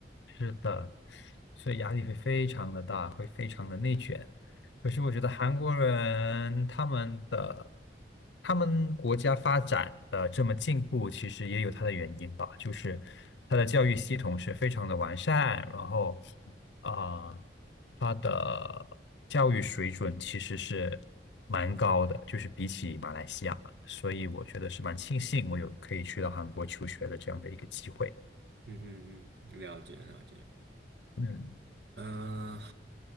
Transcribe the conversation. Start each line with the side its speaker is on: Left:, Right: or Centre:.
Left: 是的，所以压力会非常的大，会非常的内卷。可是我觉得韩国人他们的他们国家发展的这么进步，其实也有它的原因吧，就是它的教育系统是非常的完善，然后啊、呃它的教育水准其实是蛮高的，就是比起马来西亚，所以我觉得是蛮庆幸我有可以去到韩国求学的这样的一个机会。
Right: 嗯嗯嗯，了解了解。
Left: 嗯。
Right: 嗯、呃